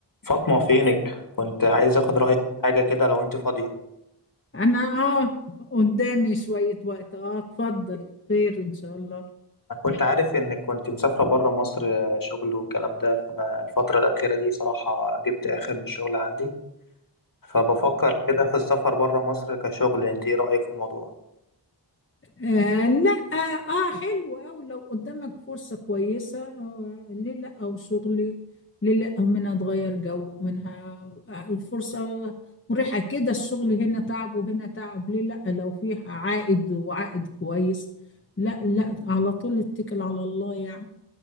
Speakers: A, on the left; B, on the left.
A: فاطمة فينك؟ كنت عايز اخد رأيك في حاجة كده لو انت فاضية
B: انا اه قدامي شوية وقت اه اتفضل خير ان شاء الله
A: انا كنت عارف انك كنت مسافرة بره مصر آه، شغل والكلام ده فانا الفترة الأخيرة دي صراحة جبت اخر من الشغل عندي فبفكر كده في السفر بره مصر كشغل انت ايه رأيك في الموضوع؟
B: آه لا اه آه حلو أوي لو قدامك فرصة كويسة آه ليه لا او شغلي ليه لا او منها اتغير جو منها آه الفرصة مريحة كده الشغل هنا تعب وهنا تعب ليه لا لو فيه عائد وعائد كويس لا لا على طول اتكل على الله يعني